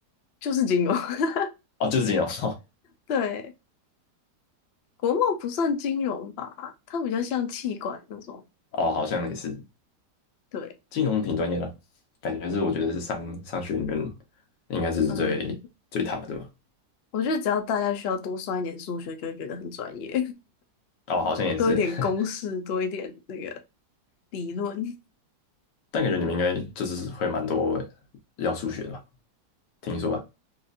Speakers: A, on the left; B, on the left.
A: 就是金融，<laughs>
B: 哦，就是金融 <laughs>
A: 对，国贸不算金融吧，它比较像气管那种，
B: 哦，好像也是
A: 对。
B: 金融挺专业的，感觉是我觉得是商商学院应该是最最
A: 嗯，
B: top 的吧。
A: 我觉得只要大家需要多算一点数学，就会觉得很专业，
B: 哦，好像也是，
A: <laughs> 多一点公式，
B: <laughs>
A: 多一点那个。理论。<laughs>
B: 但感觉你们应该就是会蛮多要数学的吧？听说啊，